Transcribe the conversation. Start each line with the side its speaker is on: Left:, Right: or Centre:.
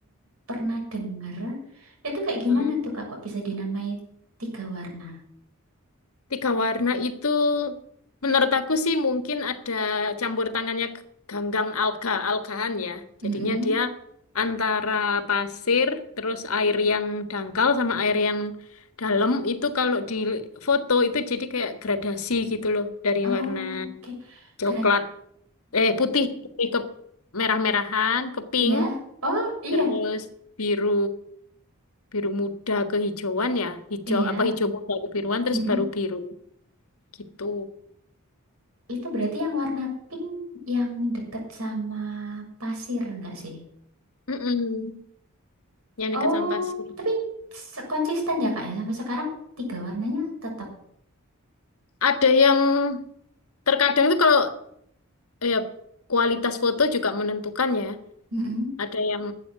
Right: pernah dengar. Itu kayak gimana
Left: Mm-mm.
Right: tuh, Kak? Kok bisa dinamai Tiga Warna?
Left: Tiga warna itu menurut aku sih mungkin ada campur tangannya g- ganggang alga-algahan ya.
Right: Mm-mm.
Left: Jadinya dia antara pasir, terus air yang dangkal sama air yang dalam itu kalau di foto itu jadi kayak gradasi gitu loh dari
Right: Oh,
Left: warna
Right: Oke.
Left: coklat
Right: Gerak.
Left: eh putih, putih ke merah-merahan ke pink
Right: Iya. Oh, iya.
Left: terus biru biru muda kehijauan ya hijau
Right: Iya.
Left: apa hijau muda kebiruan terus
Right: Mm-mm.
Left: baru biru gitu
Right: Itu berarti yang warna pink yang deket sama pasir enggak sih?
Left: Mm-mm. yang
Right: Oh,
Left: dekat sama pasir
Right: tapi se- konsisten ya Kak ya sampai sekarang tiga warnanya tetap.
Left: ada yang terkadang itu kalau ya kualitas foto juga menentukan ya
Right: Mm-mm.
Left: ada yang